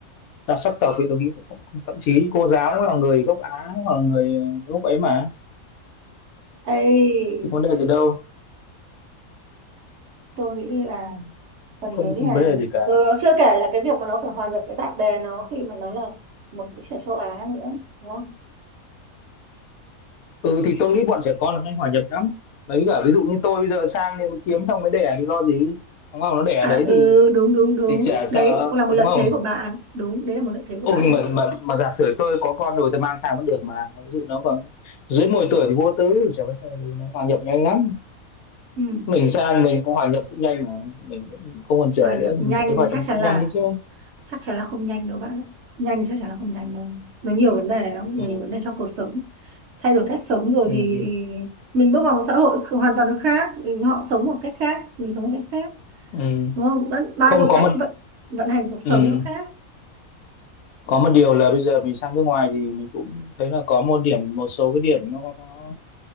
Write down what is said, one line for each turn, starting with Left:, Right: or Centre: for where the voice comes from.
Left: đa sắc tộc thì tôi nghĩ cũng, cũng thậm chí cô giáo cũng là người gốc Á hoặc là người gốc ấy mà
Right: Ê,
Left: chứ có vấn đề gì đâu
Right: tôi nghĩ là phần
Left: cũng không
Right: lớn
Left: không
Right: là
Left: vấn đề gì cả
Right: rồi nó chưa kể là cái việc mà nó phải hòa nhập với bạn bè nó khi mà nó là một đứa trẻ châu Á nữa đúng không?
Left: ừ thì tôi nghĩ bọn trẻ con là nhanh hòa nhập lắm mấy cả ví dụ như tôi bây giờ sang thì mới kiếm xong mới đẻ thì lo gì đúng không nó đẻ
Right: À
Left: ở đấy
Right: ừ
Left: thì
Right: đúng đúng đúng
Left: thì trẻ
Right: Đấy
Left: sợ
Right: cũng là một
Left: đúng
Right: lợi
Left: không
Right: thế của bạn Đúng đấy là một lợi thế
Left: Ôi
Right: của bạn
Left: mà,
Right: đấy
Left: mà mà giả sử tôi có con rồi tôi mang sang vẫn được mà ví dụ nó còn dưới 10 tuổi thì vô tư chả vấn đề gì nó hòa nhập nhanh lắm
Right: ừ.
Left: mình sang mình cũng hòa nhập cũng nhanh mà mình cũng không còn trẻ
Right: Hòa nhập
Left: nữa thì
Right: nhanh
Left: mình thấy hòa
Right: chắc
Left: nhập mình
Right: chắn
Left: cũng
Right: là
Left: nhanh đấy chứ
Right: Chắc chắn là không nhanh đâu bạn ạ Nhanh chắc chắn là không nhanh đâu Nó nhiều vấn đề lắm
Left: ừ,
Right: Nó nhiều vấn đề trong cuộc sống Thay đổi cách sống rồi
Left: ừ,
Right: thì Mình bước vào một xã hội hoàn toàn khác mình, Họ sống một cách khác Mình sống một cách khác
Left: ừ.
Right: Đúng không? Vẫn, bao
Left: không
Right: nhiêu
Left: có
Right: cách
Left: một
Right: vận, vận hành cuộc sống
Left: ừ.
Right: nó khác
Left: có một điều là bây giờ mình sang nước ngoài thì mình cũng thấy là có một điểm một số cái điểm nó nó